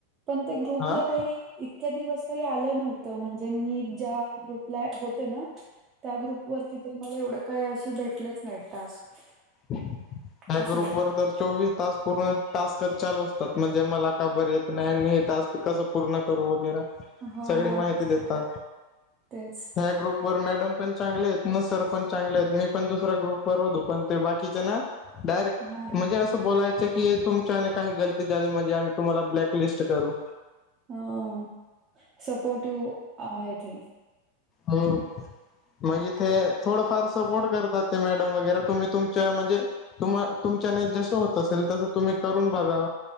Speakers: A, on the right; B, on the left.
A: पण ते ग्रुपला
B: हा
A: काही इतके दिवस काही आलं नव्हतं. म्हणजे, मी ज्या ग्रुपला होते ना. त्या ग्रुप वरती तर मला एवढं काही अशी भेटलेच नाही टास्क.
B: त्या
A: असं
B: ग्रुप
A: झालं.
B: वर तर, चोवीस तास पूर्ण टास्कच चालू असतात. म्हणजे मला का बर येत नाही. हे टास्क कसं पूर्ण करू वगैरा
A: हो,
B: सगळी माहिती देतात.
A: तेच.
B: ह्या ग्रुप वर मॅडम पण चांगले आहेत. न सर पण चांगले आहेत. मी पण दुसरा ग्रुपर होतो. पण ते बाकीचे ना डायरेक्ट
A: हां,
B: म्हणजे अस. बोलायच की, तुमची काही गलती झाली म्हणजे आम्ही तुम्हाला ब्लॅकलिस्ट करू.
A: हा सपोर्टिव आहेत.
B: हो, म्हणजे ते थोडंफार सपोर्ट करतात ते मॅडम वगैरे तुम्ही तुमच्या म्हणजे तुम्हा तुमच्याने जस होत असेल, तसं तुम्ही करून बघा.